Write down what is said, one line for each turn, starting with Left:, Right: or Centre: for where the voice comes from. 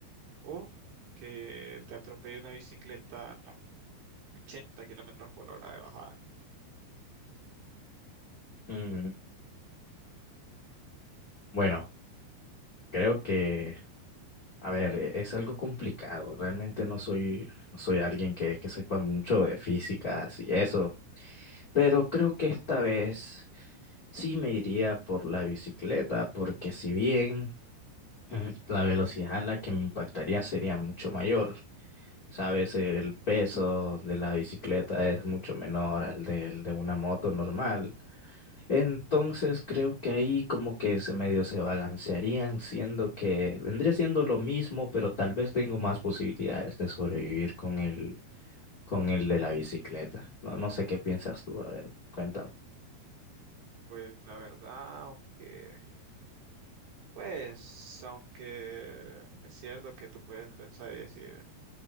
Right: o que te atropelle una bicicleta a 80 kilómetros por hora de bajada?
Left: Mm, bueno, creo que A ver, e- es algo complicado. Realmente no soy, no soy alguien que, que sepa mucho de físicas y eso. Pero creo que esta vez sí me iría por la bicicleta, porque si bien mm, la velocidad a la que me impactaría sería mucho mayor, sabes, el peso de la bicicleta es mucho menor al del de una moto normal. Entonces creo que ahí como que se medio se balancearían, siendo que vendría siendo lo mismo, pero tal vez tengo más posibilidades de sobrevivir con el, con el de la bicicleta. No, no sé qué piensas tú, a ver, cuéntame.
Right: Pues la verdad, aunque, pues, aunque es cierto que tú puedes pensar y decir,